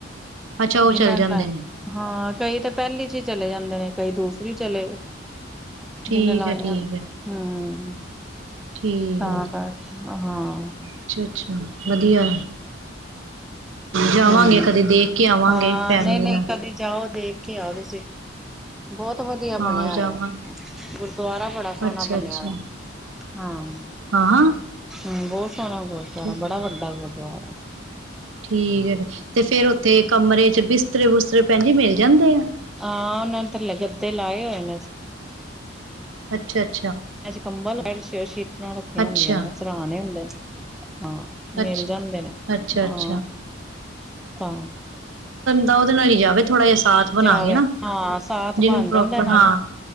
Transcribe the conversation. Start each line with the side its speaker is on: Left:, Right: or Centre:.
Right: ਅੱਛਾ ਉਹ
Centre: ਜਿਨਾਂ
Right: ਚੱਲ ਜਾਂਦੇ
Centre: ਨੇ ਲ ਹਾਂ ਕਈ ਤਾਂ ਪਹਿਲੀ ਚ ਹੀ ਚਲੇ ਜਾਂਦੇ ਨੇ ਕਈ ਦੂਸਰੇ ਵੀ ਚੱਲੇ
Right: ਠੀਕ
Centre: ਜਿੰਨੇ ਲਾਈਆਂ
Right: ਹੈ ਠੀਕ
Centre: ਨੇ
Right: ਹੈ
Centre: ਹੂੰ। <inaudible>
Right: ਠੀਕ
Centre: ਤਾਂ
Right: ਆ
Centre: ਕਰਕੇ ਹਾਂ ਹੂੰ
Right: ਅੱਛਾ-ਅੱਛਾ! ਵਧੀਆ ਜਾਵਾਂਗੇ
Centre: ਹੂੰ
Right: ਕਦੇ ਦੇਖ ਕੇ ਆਵਾਂਗੇ
Centre: ਹਾਂ
Right: ਫੈਮਿਲੀ
Centre: ਨਹੀਂ-ਨਹੀਂ
Right: ਨਾਲ
Centre: ਕਦੇ ਜਾਓ ਦੇ ਖ ਕੇ ਆਯੋ ਤੁਸੀਂ। ਬਹੁਤ ਵਧੀਆ
Right: ਹਾਂ
Centre: ਬਣਿਆ
Right: ਜਾਵਾਂਗੇ
Centre: ਹੋਇਆ ਗੁਰਦੁਆਰਾ ਬੜਾ ਸੋਹਣਾ
Right: ਅੱਛਾ
Centre: ਬਣਿਆ
Right: ਅੱਛਾ
Centre: ਦਾ। ਹਾਂ।
Right: ਹਾਂ ਹਾਂ
Centre: ਹੂੰ ਬਹੁਤ ਸਣਾ ਗੁਰਦਆਰਾ
Right: ਠੀਕ
Centre: ਬੜਾ ਵੱਡਾ ਗੁਰਦਆਰਾ।
Right: ਠੀਕ ਹੈ ਜੀ ਤੇ ਫੇਰ ਉੱਥੇ ਕਮਰੇ ਬਿਸਤਰੇ ਬੁਿਸਤਰੇ ਭੈਣ ਜੀ ਮਿਲ ਜਾਂਦੇ ਆ
Centre: ਹਾਂ ਉਹਨਾਂ ਨੇ ਤੇ ਲਗੱ ਦੇ ਲਾਏ ਹੋਏ ਨੇ
Right: ਅੱਛਾ ਅੱਛਾ
Centre: ਮੈਂ ਚ ਕੰਬਲ ਅ ਸ ਅ ਸ਼ੀਤ ਰੱਖੀਆਂ
Right: ਅੱਛਾ
Centre: ਹੁੰਦੀਆਂ ਨੇ ਸਰਾਣੇ ਹੁੰਦੇ ਨੇ ਹਾਂ ਮਿਲ
Right: ਅੱਛਾ
Centre: ਜਾਂਦੇ ਨੇ
Right: ਅੱਛਾ
Centre: ਹਾਂ
Right: ਅੱਛਾ
Centre: ਤਾਂ
Right: ਤਾਂ ਉਹਦੇ ਨਾਲ ਹੀ ਜਾਵੇ ਥੋੜਾ ਜਿਹਾ ਸਾਥ ਬਣਾ
Centre: ਜਾਵੇ
Right: ਕੇ ਨਾ
Centre: ਹਾਂ ਸਾਥ
Right: ਜਿਹਨੂੰ
Centre: ਬਣ
Right: ਪ੍ਰੋਪਰ
Centre: ਜਾਂਦਾ ਨਾਲੇ
Right: ਹਾਂ